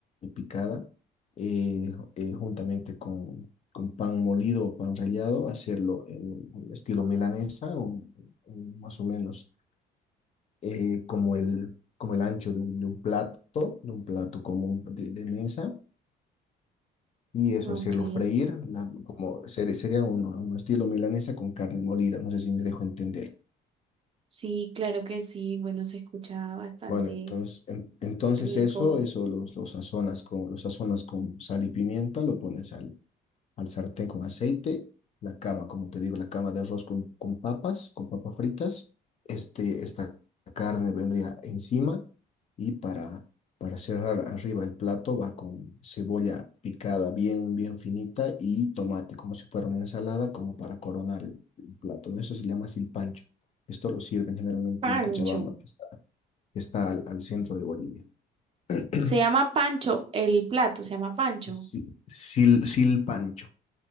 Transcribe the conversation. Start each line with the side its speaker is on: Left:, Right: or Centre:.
Left: picada, eh, eh, juntamente con, con pan molido o pan rallado, hacerlo en un estilo milanesa, un- un- más o menos eh, como el, como el ancho de un, de un plato, de un plato común de, de mesa, y eso,
Right: Ok,
Left: hacerlo freír, la- como ser- sería un, un estilo milanesa con carne molida, no sé si me dejo entender.
Right: sí, claro que sí. Bueno, se escucha bastante
Left: Bueno, entonces, en- entonces
Right: rico.
Left: eso, eso los, los sazonas con, los sazonas con sal y pimienta, lo pones al, al sartén con aceite, la cama, como te digo, la cama de arroz con, con papas, con papas fritas. Este, esta carne vendría encima y para, para cerrar arriba el plato va con cebolla picada bien, bien finita y tomate, como si fuera una ensalada, como para coronar el, el plato. ¿no? Eso se llama silpancho. Esto lo sirven generalmente
Right: Pancho.
Left: en Cochabamba, que está que está al, al centro de Bolivia. <coughs>
Right: Se llama Pancho, el plato se llama Pancho.
Left: Sil, Sil, Silpancho,